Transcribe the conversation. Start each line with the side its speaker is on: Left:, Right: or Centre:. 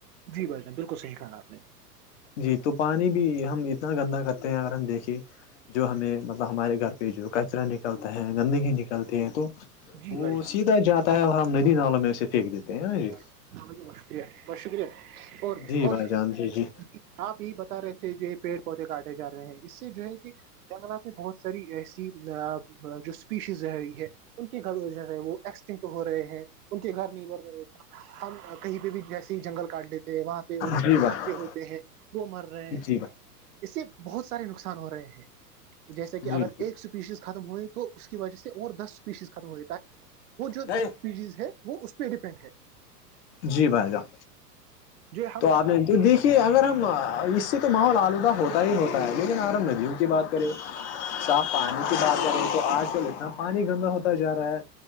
Right: جی بھائی جان بالکل صح کہا آپ نے
Left: جی تو پانی بھی ہم اتنا گندا کرتے ہیں اگر ہم دیکھے جو ہمیں مطلب ہمارے گھر پہ جو کچرا نکلتا ہے گندگی نکلتی ہے تو
Right: جی
Left: وہ
Right: بھائی جان
Left: سیدھا جاتا ہے اور ہم ندی نالوں میں اسے پھینک دیتے ہیں نا جی
Right: بہت شکریہ بہت شکریہ اور
Left: جی
Right: اور
Left: بھائی
Right: سر
Left: جان جی جی
Right: آپ یہی بتا رہے تھے کہ پیڑ پودے کاٹے جا رہے ہیں اس سے جو ہے کہ جنگل میں بہت ساری ایسی جو اسپیشیز رہ رہی ہے ان کے گھر جگہ وہ ایکسٹنٹ ہو رہے ہیں ان کے گھر نہیں بڑھ رہے ہم کہیں پہ بھی جیسی ہی جنگل کاٹ لیتے ہیں وہاں پہ ان کی
Left: جی بھائی
Right: بچے ہوتے ہیں وہ مر رہے ہیں
Left: جی
Right: اس سے بہت سارے نقصان ہو رہے ہیں جیسے
Left: بھائی
Right: کہ اگر
Left: جی
Right: ایک پیشز ختم ہوئے تو اس کی وجہ سے اور دس پیشز ختم ہوئے تاکہ وہ
Left: جی
Right: جو دسپیشز ہے وہ اس پہ ڈیپینڈ ہے
Left: جی بھائی جان
Right: جو ہم
Left: تو آپ تو دیک کہ اگر ہم اس سے تو ماحول آلودہ ہوتا ہی ہوتا ہے لیکن اگر ہم ندیوں کی بات کریں اص آپ پانی کی بات کر رہے تو آج کل اتنا پانی گندا ہوتا جا رہا ہے